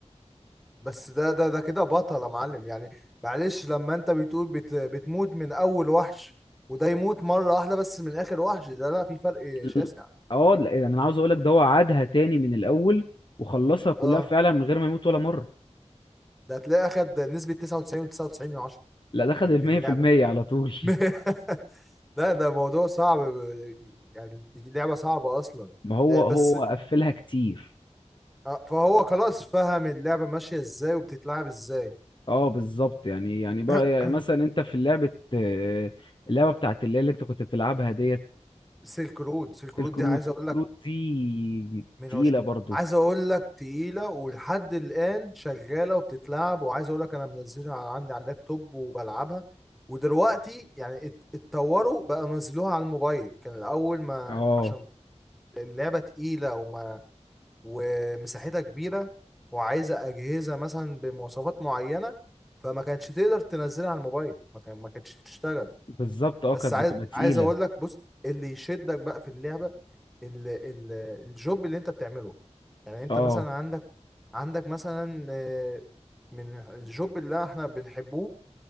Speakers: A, in the centre; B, on the left.
A: بس ده ده ده كده بطل يا معلم يعني معلش لما انت بتقول بت بتموت من اول وحش وده يموت مرة واحدة بس من اخر وحش ده لا في فرق
B: ال-
A: شاسع
B: اه لا، يعني انا عاوز اقول لك ده هو عادها تاني من الاول وخلصها كلها
A: اه
B: فعلا من غير ما يموت ولا مره
A: ده هتلاقيه اخد نسبة 99 و99 من 10
B: لا ده خد
A: في
B: المية
A: في اللعبة
B: في المية على طول
A: <laughs> لا ده موضوع صعب يعني دي لعبة صعبة اصلا
B: ما هو
A: لا بس
B: هو قفلها كتير
A: آه، فهو خلاص فهم اللعبة ماشية ازاي وبتتلعب ازاي
B: اه بالظبط يعني يعني, بقى
A: <clears throat>
B: يعني مثلا انت في لعبة آه، اللعبة بتاعت اللي, اللي انت كنت بتلعبها ديت
A: سيلك رود سيلك
B: سيلك
A: رود دي
B: رود
A: عايز
B: سيلك
A: اقول لك
B: رود دي
A: من
B: تقيلة
A: عشرة
B: برضو
A: عايز اقول لك تقيلة ولحد الآن شغالة وبتتلعب وعايز اقول لك انا منزلها عندي على اللابتوب وبلعبها ودلوقتي يعني ات- اتطوروا بقى نزلوها على الموبايل كان الأول ما
B: اه
A: عشان اللعبة تقيلة وما ومساحتها كبيرة وعايزة أجهزة مثلا بمواصفات معينة فما كانتش تقدر تنزلها على الموبايل ما كان ما كانتش تشتغل
B: بالظبط اه
A: بس
B: كانت
A: عايز
B: بتبقى تقيلة
A: عايز اقول لك بص اللي يشدك بقى في اللعبه ال... ال... الجوب اللي انت بتعمله يعني انت
B: اه
A: مثلا عندك عندك مثلا آه، من الجوب اللي احنا بنحبوه